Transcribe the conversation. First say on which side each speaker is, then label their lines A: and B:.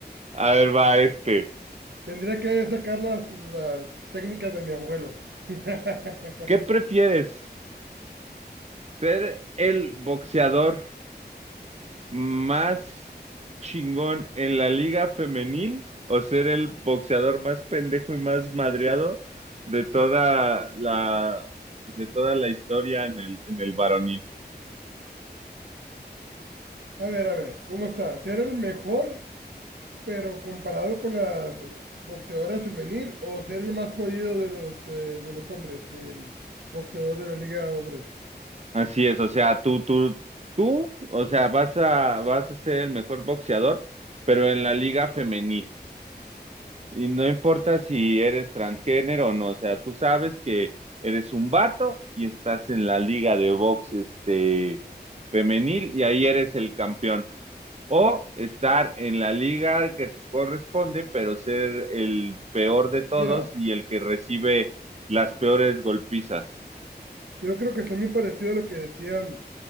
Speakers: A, on the right; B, on the right.
A: A ver, va este.
B: Tendría que sacar las, las técnicas de mi abuelo. <laughs>
A: ¿Qué prefieres? ¿Ser el boxeador más chingón en la liga femenil o ser el boxeador más pendejo y más madreado de toda la de toda la historia en el en el varonil.
B: A ver, a ver, ¿cómo está? ¿Ser el mejor pero comparado con la boxeadora femenil o ser el más jodido de los, eh, de los hombres, el boxeador de la liga de hombres.
A: Así es, o sea, tú tú tú, o sea, vas a vas a ser el mejor boxeador, pero en la liga femenil. Y no importa si eres transgénero o no, o sea, tú sabes que eres un vato y estás en la liga de box este femenil y ahí eres el campeón. O estar en la liga que te corresponde, pero ser el peor de todos
B: Mira,
A: y el que recibe las peores golpizas.
B: yo creo que está muy parecido a lo que decían,